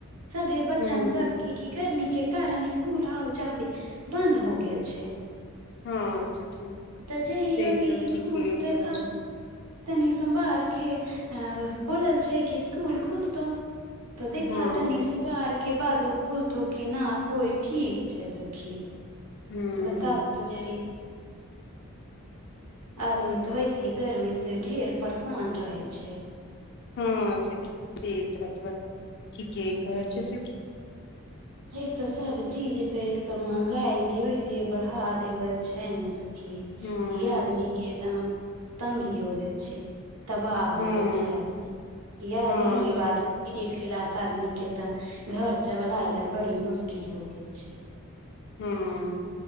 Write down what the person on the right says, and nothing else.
सभे बच्चन
सब की की गर्मी के कारण स्कूल आब ज्यादे बंद हो गेल छै
तऽ जेहि
अभी
स्कूल
तऽ
खास
तनी सोमवारके अ बोलल छै कि स्कुल खुलतौ तऽ देखा
तनी सोमआर के बाद ओ खुलतो कि न कोइ ठीक छै सखी
बताउ त जरी आदमी तऽ वैसेे गर्मी से ढेर परेशान रहे छै
एक त सब चीज पे एक तो महंगाई भी हो छै बढ़ा देवल छै ने सखी
की आदमी के एकदम तंगी हो गेल छै तबाह हो
गेल छै आदमी इएह
गरीब
आदमी क्लास आदमी के ते घर चबलाय ले बड़ी मुश्किल हो गेल छै